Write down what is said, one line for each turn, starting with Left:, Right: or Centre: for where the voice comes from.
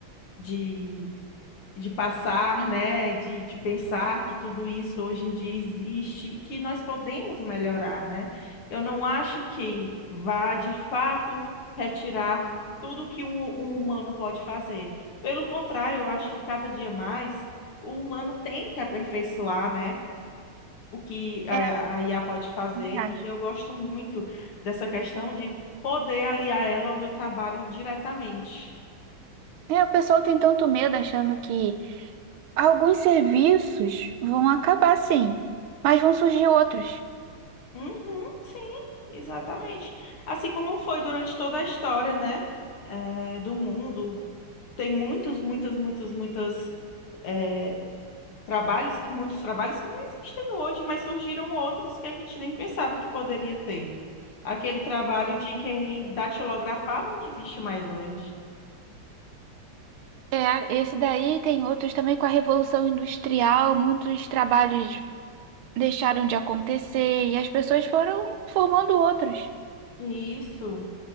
Left: de, de passar, né? De, de pensar que tudo isso hoje em dia existe e que nós podemos melhorar, né? Eu não acho que vá, de fato, retirar tudo que um, um humano pode fazer. Pelo contrário, eu acho que cada dia mais o humano tem que aperfeiçoar, né? o que a,
Right: É,
Left: a IA pode fazer,
Right: também
Left: e
Right: acho.
Left: eu gosto muito dessa questão de poder aliar ela ao meu trabalho diretamente.
Right: É, o pessoal tem tanto medo achando que alguns serviços vão acabar, sim, mas vão surgir outros.
Left: Uhum, sim, exatamente. Assim como foi durante toda a história, né, eh, do mundo. Tem muitos, muitas, muitas, muitas eh, trabalhos, que- muitos trabalhos que não existem hoje, mas surgiram outros que a gente nem pensava que poderia ter. Aquele trabalho de quem datilografava não existe mais hoje.
Right: É, esse daí tem outros também com a Revolução Industrial, muitos trabalhos deixaram de acontecer e as pessoas foram formando outros.
Left: Isso.